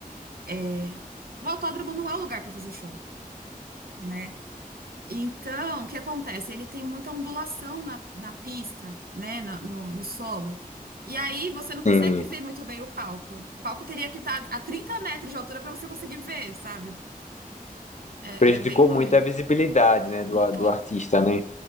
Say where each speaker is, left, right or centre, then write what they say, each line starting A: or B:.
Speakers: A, on the right; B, on the left.
A: É, o autódromo não é o lugar para fazer show. né? Então, o que acontece? Ele tem muita ondulação na, na pista, né? na- No, no solo. E aí você não consegue
B: Sim.
A: ver
B: <laughs>
A: muito bem o palco. O palco teria que estar a 30 metros de altura para você conseguir ver, sabe? É,
B: Prejudicou
A: é bem ruim.
B: muito a visibilidade, né, do,
A: Pô,
B: do artista, né?